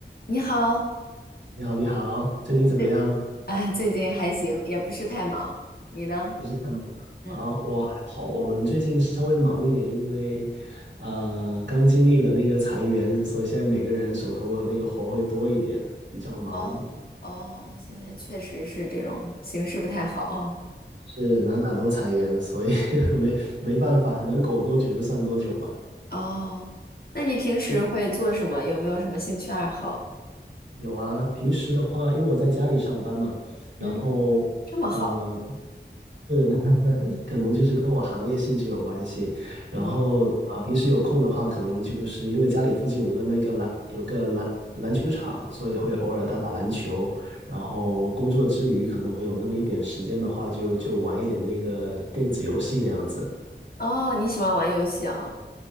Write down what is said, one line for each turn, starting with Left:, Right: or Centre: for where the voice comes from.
Left: 你好，
Right: 你好，你好，最近怎么样？
Left: 对，<laughs> 哎，最近还行，也不是太忙。你呢？
Right: 不是太忙啊，
Left: 嗯，
Right: 我还好。我们最近稍微忙一点，因为呃，刚经历了那个裁员，所以现在每个人手头的那个活会多一点，比较忙，
Left: 哦哦，现在确实是这种形势不太好哦。
Right: 是哪哪都裁员，所以 <laughs> 没没办法，能苟多久就算多久吧。
Left: 哦，那你平时会做什么？
Right: 嗯，
Left: 有没有什么兴趣爱好？
Right: 有啊，平时的话，因为我在家里上班嘛，然后呃，
Left: 嗯，这么好。
Right: 对，<laughs> 可能就是跟我行业性质有关系。然后啊，
Left: 嗯
Right: 平时有空的话，可能就是因为家里附近有个那个篮，有个篮篮球场，所以会偶尔打打篮球。
Left: 嗯
Right: 然后工作之余，可能有那么一点时间的话就，就玩一点那个电子游戏那样子。
Left: 哦，你喜欢玩游戏啊？